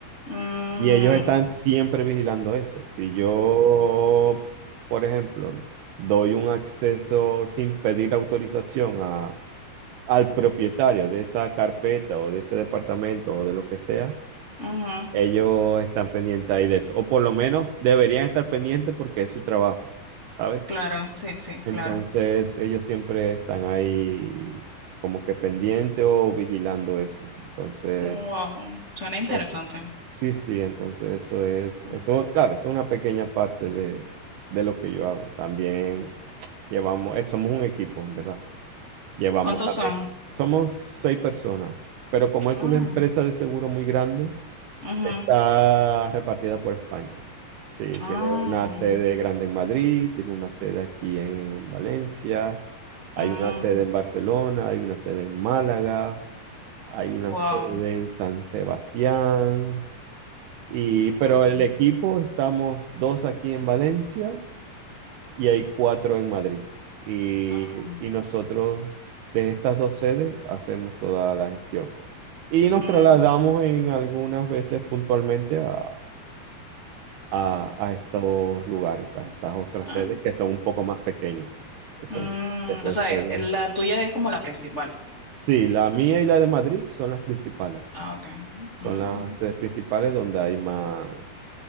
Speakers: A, on the left (about 45°); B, on the right (about 80°).
A: mm,
B: Y ellos están siempre vigilando eso. Si yo, por ejemplo, doy un acceso sin pedir autorización a- al propietario de esa carpeta o de ese departamento o de lo que sea,
A: claro.
B: ellos están pendientes ahí de eso. O por lo menos deberían estar pendientes porque es su trabajo, ¿sabes?
A: Claro, sí, sí, claro.
B: Entonces
A: Mm.
B: ellos siempre están ahí como que pendientes o vigilando eso. Entonces...
A: Wow, suena interesante.
B: Ok. Sí, sí, entonces eso es, eso,
A: Mm.
B: claro, eso es una pequeña parte de, de lo que yo hago. También llevamos, eh, somos un equipo, en verdad. Llevamos
A: ¿Cuántos
B: también,
A: son?
B: somos seis personas, pero como es
A: Ah,
B: una empresa de seguro muy grande,
A: ujú.
B: está repartida por España. Sí,
A: Ah,
B: tiene una sede grande en Madrid, tiene una sede aquí en Valencia, hay
A: mm,
B: una sede en Barcelona, hay una sede en Málaga, hay una
A: wow.
B: sede en San Sebastián. Y, pero
A: Mm,
B: el equipo estamos dos aquí en Valencia y hay cuatro en Madrid. Y,
A: ah,
B: y nosotros de estas dos sedes hacemos toda la gestión. Y nos
A: mm,
B: trasladamos en algunas veces puntualmente a, a- a estos lugares, a estas otras
A: ah,
B: sedes que son un poco más pequeñas, que son,
A: mm.
B: que son
A: O sea,
B: sedes.
A: eh, la tuya es como la principal.
B: Sí, la mía y la de Madrid son las principales.
A: Ah, okay.
B: Son
A: Mm,
B: las sedes principales donde hay más.